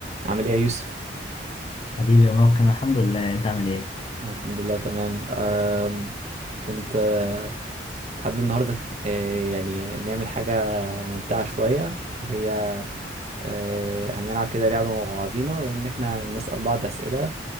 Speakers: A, on the right (about 35°); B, on the left (about 30°).
A: عامل ايه يا يوسف؟
B: حبيبي يا ممكن الحمد لله انت عامل ايه
A: أنا الحمد لله تمام أم كنت آه، حابب النهارده آه، يعني نعمل حاجة ممتعة شوية وهي آه، هنلعب كده لعبة مع بعضينا وإن احنا نسأل بعض أسئلة